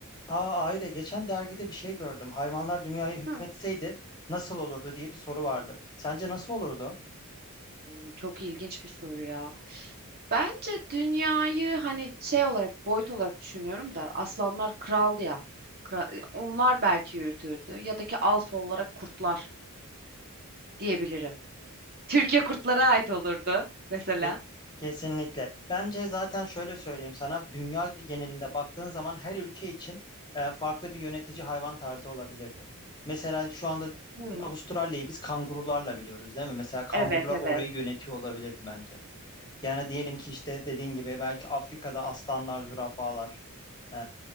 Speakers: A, on the left; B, on the right.
A: Aa, Ayda geçen dergide bir şey gördüm. Hayvanlar dünyaya hükmetseydi
B: Hı.
A: nasıl olurdu diye bir soru vardı. Sence nasıl olurdu?
B: Oo, Çok ilginç bir soru ya. Bence dünyayı hani şey olarak boyut olarak düşünüyorum da aslanlar kral ya. Kra- e, onlar belki yürütürdü ya da ki alfa olarak kurtlar diyebilirim. Türkiye kurtlara ait olurdu mesela.
A: Ke- Kesinlikle. Bence zaten şöyle söyleyeyim sana. Dünya genelinde baktığın zaman her ülke için e, farklı bir yönetici hayvan tarzı olabilirdi. Mesela şu anda
B: Hı.
A: Avustralya'yı biz kangurularla biliyoruz, değil mi? Mesela kangurular
B: Evet evet.
A: orayı yönetiyor olabilirdi bence. Yani diyelim ki işte dediğin gibi belki Afrika'da aslanlar, zürafalar. Ee,